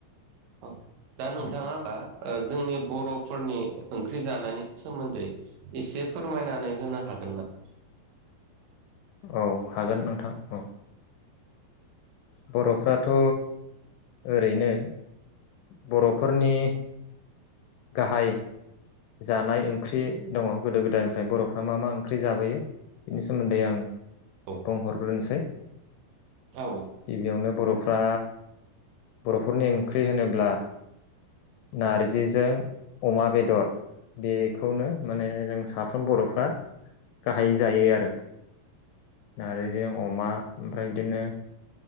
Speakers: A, on the right; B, on the left.
A: औ दा नोंथाङा
B: औ
A: होमबा जोंनि बर'फोरनि ओंख्रि जानायनि सोमोन्दै एसे फोरमायनानै होनो हागोन नामा?
B: औ हागोन नोंथां औ। बर'फ्राथ' ओरैनो बर'फोरनि गाहाय जानाय ओंख्रि दङ गोदो गोदायनिफ्राय बर'फ्रा मा मा ओंख्रि जाबोयो। बिनि सोमोन्दै आं
A: औ
B: बुंहरग्रोनोसै।
A: औ
B: गिबियावनो बर' फ्रा बर'फोरनि ओंख्रि होनोब्ला नारजिजों अमा बेदर। बेखौनो माने जों साफ्रोम बर'फ्रा गाहायै जायो आरो। आरो जों अमा ओमफ्राय बिदिनो